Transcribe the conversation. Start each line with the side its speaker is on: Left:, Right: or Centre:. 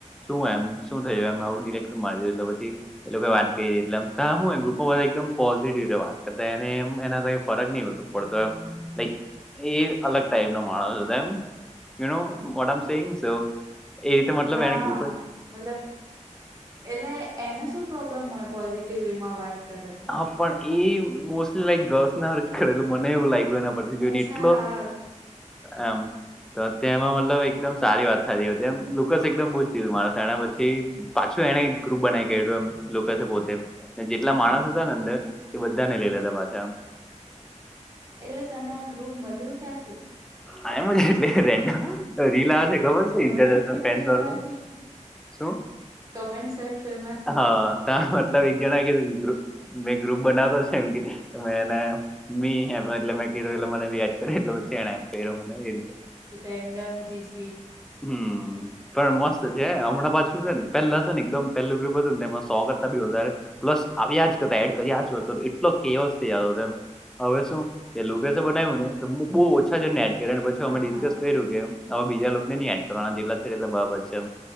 Centre: શું એમ શું થયું એમ આવું ડીલીટ <unintelligible> મારી એટલે પછી એ લોકો વાત કરી એટલે આમ તા હું એ ગ્રુપમાં એકદમ પોઝિટિવ રીતે વાત કરતા એને એમ એના <unintelligible> ફરક નહીં હોતો પડતો એમ લાઈક એ અલગ ટાઈપ નો માણસ હતો એમ. <unintelligible> એ રીતે મતલબ
Right: ના
Centre: એને ગ્રુપે
Right: મતલબ એટલે એને શું પ્રોબ્લેમ હોય પોઝિટિવ વે માં વાત કરે
Centre: હા
Right: તો.
Centre: પણ એ મોસ્ટલી લાઈક ગર્લ્સ ના હારુ જ કરે મને એવું લાગ્યું એના પરથી જોઈને
Right: અચ્છા
Centre: એટલો
Right: હા
Centre: આમ. તો તેમાં મતલબ એકદમ સારી વાત થતી હતી એમ લુકસ એકદમ બૂ જ <unintelligible> માણસ એને પછી પાછું એને ગ્રુપ બનાવી કર્યું એમ <unintelligible> પોતે. ને જેટલા
Right: હા
Centre: માણસ હતા ને અંદર એ બધાને લઈ લેતા પાછા આમ.
Right: એટલે તને આ ગ્રુપ મળ્યું ક્યાંથી.
Centre: આઈ એમ જ એટલે રેન્ડમ રીલ આવે છે ખબર છે
Right: કમેન્ટ
Centre: ઇન્ટરશ
Right: સેક્શન
Centre: <unintelligible> વાળું
Right: માંથી
Centre: માં. શું?
Right: કમેન્ટ સેક્શન માંથી
Centre: હા ત મતલબ એક જણાને કીધું કે ધ્રુવ મેં ગ્રુપ બનાવતો છે એમ કે તો મેને મી એટલે મેં ક્યું એટલે મને બી યાદ કર્યો એટલે પછી તેણે મને એ રીતે.
Right: તો તેમ ડમ જીસી
Centre: હમ પણ મસ્ત છે હમણાં પાછું છે ને પહેલા છે ને એકદમ પહેલું ગ્રુપ હતું ને તેમાં સો કરતા બી વધારે પ્લસ આવ્યા જ કરતા એડ કર્યા જ કર એટલો કેવ છે એમ. હવે શું કેલું કે છે બનાવ્યું ને તો બહુ ઓછા છે ને એડ કરને પછી
Right: હા
Centre: અમે ડિસ્કસ
Right: હા
Centre: કર્યું કે હવે બીજા લોકોને ની એડ જેટલા છે એટલે બરાબર છે એમ